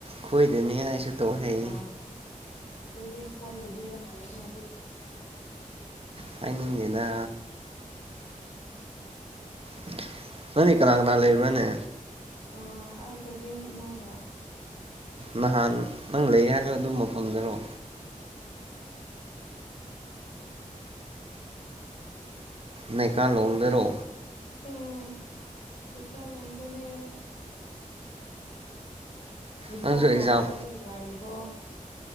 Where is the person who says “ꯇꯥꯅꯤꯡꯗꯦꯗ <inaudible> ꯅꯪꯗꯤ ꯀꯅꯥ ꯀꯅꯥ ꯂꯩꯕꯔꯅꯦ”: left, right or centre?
Right